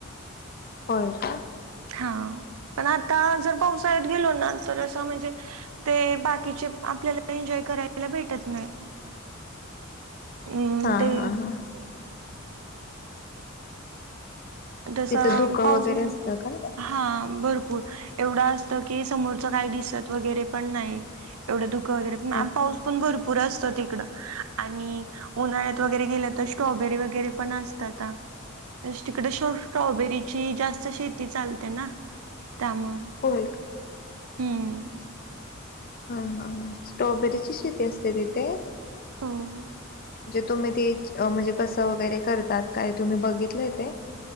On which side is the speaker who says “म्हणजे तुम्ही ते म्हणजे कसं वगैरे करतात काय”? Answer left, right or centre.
Left